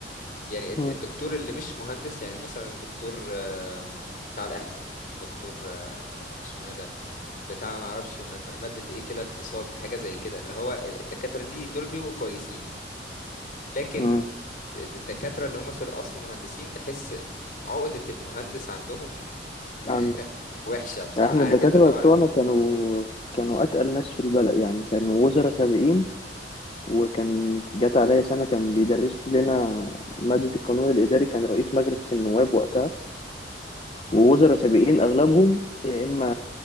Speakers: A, on the left; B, on the left.
A: يعني الد-
B: مم.
A: الدكتور اللي مش مهندس يعني مثلا دكتور آه، بتاع الاحصاء دكتور آه، اسمه ايه ده بتاع ما اعرفش م- م- مادة ايه كده اقتصاد حاجة زي كده اللي هو الدكاترة دي دول بيبقوا كويسين لكن
B: مم.
A: د- د- الدكاترة اللي هم في الاصل مهندسين تحس عقدة المهندس عندهم
B: مم.
A: <laughs> وحشة بصراحة
B: يعني احنا
A: عارف
B: الدكاترة
A: انت طبعا
B: بتوعنا كانوا كانوا أتقل ناس في البلد يعني كانوا وزراء سابقين وكان جات عليا سنة كان بيدرس لنا مادة القانون الإداري كان رئيس مجلس النواب وقتها ووزراء سابقين أغلبهم يا إما